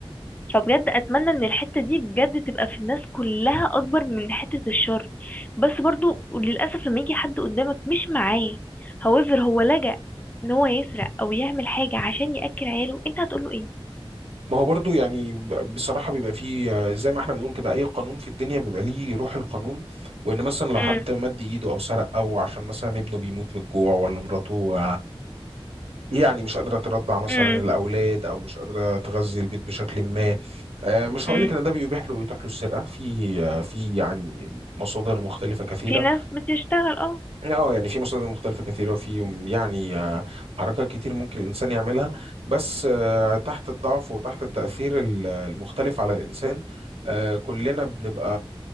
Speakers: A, on the left; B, on the right.
A: فبجد أتمنى إن الحتة دي بجد تبقى في الناس كلها أكبر من حتة الشر بس برضو للأسف لما يجي حد قدامك مش معاه however هو لجأ إن هو يسرق أو يعمل حاجة عشان يأكل عياله أنت هتقوله إيه؟
B: ما هو برضو يعني ب- بصراحة بيبقى فيه آه، زي ما احنا بنقول كده أي قانون في الدنيا بيبقى ليه روح القانون وإن مثلا لو حد
A: امم
B: مد إيده أو سرق أو عشان مثلا ابنه بيموت من الجوع ولا مراته يعني مش قادرة ترضع مثلا
A: امم
B: الأولاد أو مش قادرة تغذي البيت بشكل ما آه، مش
A: امم
B: هقول لك إن ده بيبيح له ويتاح له السرقة في آه، في يعني مصادر مختلفة كثيرة
A: في ناس بتشتغل اه
B: أه يعني في مصادر مختلفة كثيرة وفي يعني آه، حركات كتير ممكن الإنسان يعملها بس آه، تحت الضعف وتحت التأثير ال- المختلف على الإنسان آه، كلنا بنبقى